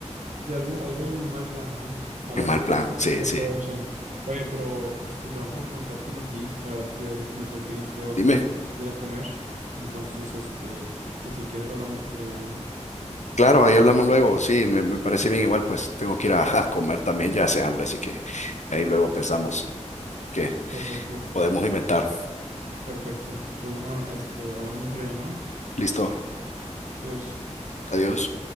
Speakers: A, on the right; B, on the left.
A: Sí, algo, algo en mal plan, ¿no? Algo
B: en mal
A: que
B: plan, sí,
A: que se aprovechen.
B: sí.
A: Oye, pero, este, perdón por cortártelo aquí. La verdad es que ya me tengo que ir, tengo
B: Dime,
A: que ir a comer. Entonces, este, pues si quieres hablamos otro día, ¿no?
B: claro, ahí hablamos luego, sí, me, me parece bien igual, pues tengo que ir a, a comer también, ya hace hambre, así que ahí luego pensamos que
A: Perfecto.
B: podemos inventar.
A: Perfecto. Pues bueno, este, hablamos otro día, ¿no?
B: Listo,
A: Adiós.
B: adiós.